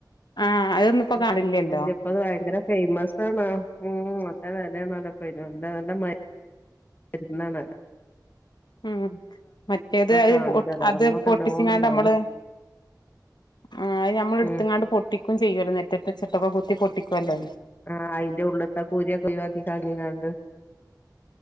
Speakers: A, on the left (about 80°); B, on the left (about 25°).
A: ആ അതൊന്നും ഇപ്പൊ
B: ഉം
A: കാണില്ലല്ലോ
B: വല്ലിയപ്പ അത് ഭയങ്കര ഫേമസ് ആണോ ഉം നല്ല വെലേണേലോ പ്പോ അയ്‌ന് നല്ല മര് ര്ന്നാണേലോ അത്
A: ഉം മറ്റേത് അത്
B: കാണൂല
A: അത്
B: അന്നൊക്കെ
A: പൊട്ടിച്ചിങ്ങാണ്ട്
B: നല്ലോണം ഉണ്ടായിരുന്നു
A: നമ്മള് ആഹ് അത് നമ്മടുത്തങ്ങാണ്ട്
B: ഉം
A: പൊട്ടിക്കും ചെയ്യുവല്ലോ നെറ്റത്ത് വച്ചിട്ടൊക്കെ കുത്തി പൊട്ടിക്കുവല്ലോ
B: ആഹ് അയിന്റെ ഉള്ള്ത്തെ ആ കുരുവൊക്കെ ഒഴിവാക്കി കളഞ്ഞ്ക്കാണ്ട്